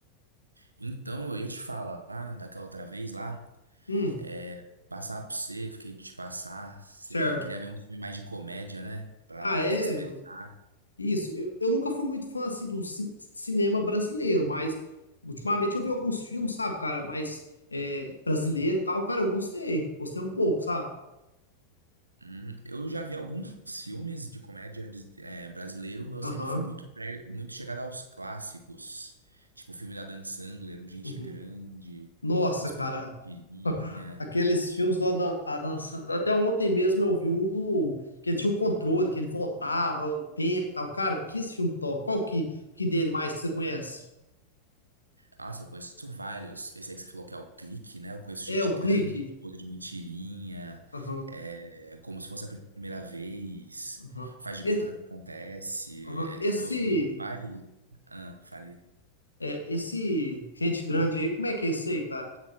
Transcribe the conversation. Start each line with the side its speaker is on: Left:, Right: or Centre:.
Right: Então, eu ia te falar daquela outra vez lá.
Left: Hum,
Right: É, Passar pra você, fiquei de te passar. Você
Left: certo.
Right: queria ver um filme mais de comédia, né? Pra
Left: Ah, é?
Right: desestressar.
Left: Isso, eu, eu nunca fui muito fã assim do ci- cinema brasileiro, mas ultimamente eu vi alguns filmes, sabe, cara, mas é, brasileiro e tal, cara, eu gostei, gostei um pouco, sabe?
Right: Hum, eu já vi alguns filmes de comédia de- é, brasileiro, mas eu
Left: Aham.
Right: sempre fui muito, pre- muito chegado aos clássicos. Tipo o filme da Dan Sandler, Um Gente
Left: uhum.
Right: Grande,
Left: Nossa,
Right: Um Esposo
Left: cara,
Right: de Pirinha.
Left: aqueles filmes do Adam, Adam Sandler, até ontem mesmo eu vi um do que ele tinha o controle, que ele voltava o tempo, e tal, cara, que esse filme top. Qual que que dele mais que você conhece?
Right: Nossa, eu conheço vários. Esse aí que você falou que é o clique, né? Eu conheço
Left: É
Right: gente
Left: o
Right: grande,
Left: Clique.
Right: outra de mentirinha,
Left: Aham,
Right: é, como se fosse a primeira vez,
Left: aham.
Right: faz de
Left: Esse,
Right: conta que acontece.
Left: aham,
Right: É,
Left: esse
Right: meu, meu pai. Ah, falei.
Left: É, esse Gente Grande aí, como é que é esse aí, cara?